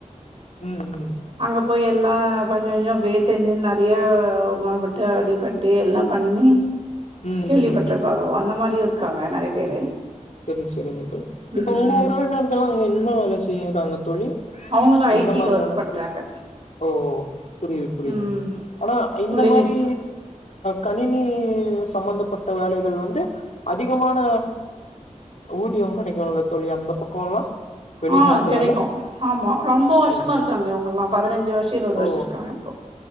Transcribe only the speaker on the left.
ம் ம்
ம்
ம்
செரிங் செரிங்க தோழி
இப்போ உங்க உறவினர்களா அங்க என்ன வேல செய்றாங்க தோழி
எந்த
மாரியான
ஓ புரியுது புரியுது
ஆனா இந்த
மாரி கணினி சம்பந்தப்பட்ட வேலைகள் வந்து அதிகமான ஊதியம் கடைக்குல்ல தோழி அந்த பக்கோல்லா வெளிநாட்டுகள்ல
ஓ
ஓ